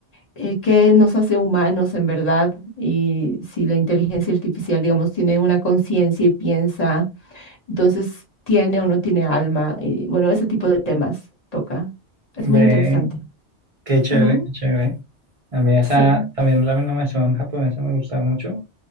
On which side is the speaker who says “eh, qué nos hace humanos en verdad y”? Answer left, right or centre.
Left